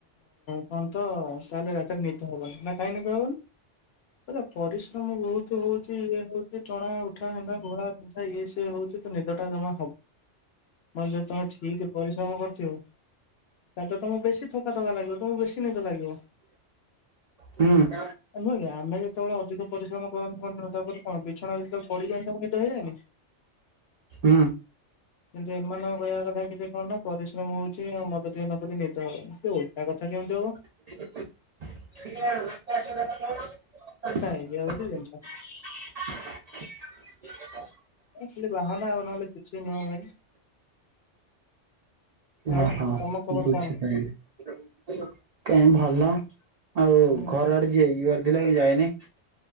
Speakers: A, on the left (about 60°); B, on the right (about 85°).
A: କଣ ତ ତାହେଲେ ରାତିରେ ନିଦ ହବନି ନା କାହିଁକି ନିଦ ହବନି କହିଲା ପରିଶ୍ରମ ବହୁତ ହଉଛି ସେ ଟଣା ଉଠା ହେଣ୍ଡା ଘୋଳା ବିନ୍ଧା। ଏ ସେ ହଉଛି। ନିଦଟା ଜମା ହବ ମାନେ ଯଦି ତମେ ଠିକ ପରିଶ୍ରମ କରିଥିବ ତାହେଲେ ତମକୁ ବେଶୀ ଥକା ଥକା ଲାଗିବ ତମକୁ ବେଶୀ ନିଦ ଲାଗିବ
B: ହୁଁ
A: ନୁହେଁ କି ଆମେ ଯେତେବେଳେ ଅଧିକ ପରିଶ୍ରମ କଣ ତାଙ୍କର ତାପରେ କଣ ବିଛଣା ଉପରେ ପଡ଼ିଯାଇ ତାକୁ ନିଦ ହେଇଯାଏନି।
B: ହୁଁ।
A: କିନ୍ତୁ ଏମାନଙ୍କ କହିବା କଥା କି କଣ ନା ପରିଶ୍ରମ ହଉଛି ଆଉ ମଦ ଟିକେ ନ ପିଲେ ନିଦା ହବ ନି ଓଲଟା କଥା କେମିତି ହବ?
B: <unintelligible>
A: ହଁ ଏଇଆ ହଉଛି ଜିନିଷ ଖାଲି ବାହାନା ନହଲେ କିଛି ନୁହଁ ଭାଇ। ଆଉ
B: ଓହୋ
A: ତମ ଖବର
B: ବୁଝିପାଇଲି।
A: କଣ?
B: କାଇଁ ଭଲ ଆଉ
A: ଉୁଁ ହୁଁ
B: ଘର ଆଡେ ଯ ଯିବାର ଦ ଲାଗି ଯାଏନି।